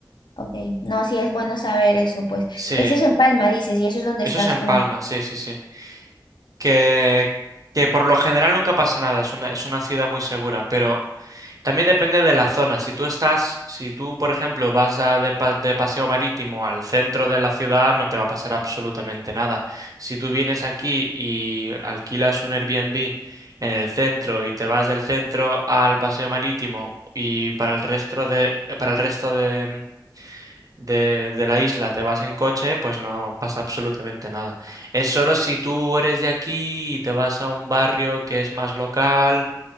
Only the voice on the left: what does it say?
Ok. No, sí es bueno saber eso, pues.
Eso es en Palma, dices, y eso es donde
estás
tú.